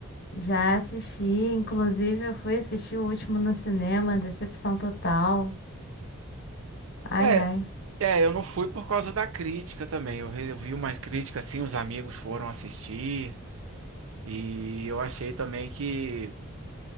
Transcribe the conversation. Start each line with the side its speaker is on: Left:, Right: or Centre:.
Left: já assisti, inclusive eu fui assistir o último no cinema, Decepção Total. Ai,
Right: É,
Left: ai.
Right: é, eu não fui por causa da crítica também. Eu, re- eu vi uma crítica assim, os amigos foram assistir. E eu achei também que.